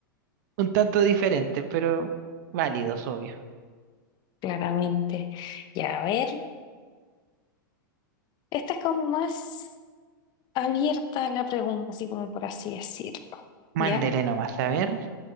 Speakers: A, on the right; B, on the left.
A: un tanto diferentes, pero válidos, obvio.
B: claramente. Ya, a ver, esta es como más abierta la pregunta, así como por así decirlo.
A: Mándele
B: ¿Ya?
A: nomás, a ver.